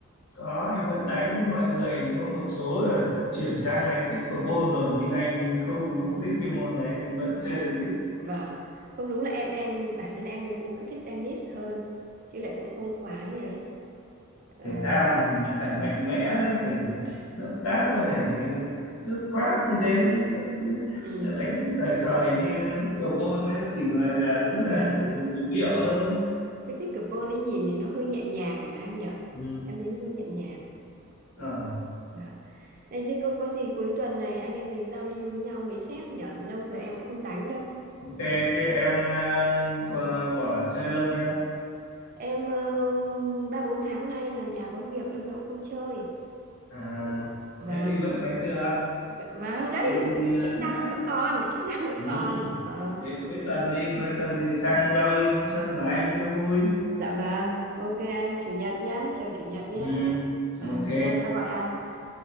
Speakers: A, on the left (about 85°); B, on the right (about 40°).
A: có anh vẫn đánh với mọi người có một số là chuyển sang đánh pickleball rồi nhưng anh không không thích cái môn đấy anh vẫn
B: À,
A: chơi tennis
B: vâng. Không đúng là em em bản thân em em cũng vẫn thích tennis hơn chứ lại cũng không khoái ấy. Ờ,
A: thể thao thì nó phải mạnh
B: ừ.
A: mẽ nó phải động tác nó phải dứt khoát như thế chứ lại cứ
B: ừ.
A: đánh khời khời như lúc cầu môn ấy thì gọi là đúng
B: và
A: là thể dục nhịp điệu thôi
B: cái pickleball ấy nhìn thì nó hơi nhẹ nhàng nhỉ anh nhỉ
A: ừ,
B: em thấy nó hơi nhẹ nhàng
A: đúng
B: Ừ.
A: rồi
B: Vâng. Này thế có, có gì cuối tuần này anh em mình giao lưu với nhau mấy xét nhỉ? Lâu rồi em cũng không đánh đâu.
A: ok cái em à, có bỏ chơi lâu chưa
B: Em ờ, ba bốn tháng nay là nhà có việc đâm ra cũng không chơi.
A: à
B: Nhưng mà-
A: thế
B: Vâng,
A: thì vẫn đánh được
B: v- vâng đấy,
A: thế thì
B: kỹ
A: à,
B: năng
A: đấy
B: nó vẫn còn, kỹ năng vẫn
A: ừ.
B: còn. Vâng.
A: thế cuối tuần đi cuối tuần thì sang giao lưu với sân của anh cho vui
B: Dạ vâng, ok anh, chủ nhật nhá, chiều chủ nhật nhá.
A: ừ.
B: Vâng,
A: ok
B: em sẽ gọi anh.